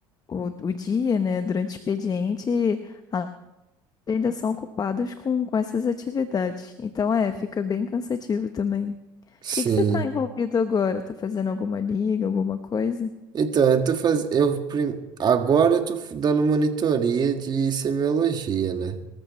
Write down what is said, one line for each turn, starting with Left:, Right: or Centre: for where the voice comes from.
Left: o, o dia, né, durante o expediente, a- ainda são ocupados com, com essas atividades. Então, é, fica bem cansativo também.
Right: Sim.
Left: que que você está envolvido agora? Tá fazendo alguma liga, alguma coisa?
Right: Então, eu tô fazendo. Eu, prim- agora eu tô f- dando monitoria de semiologia, né?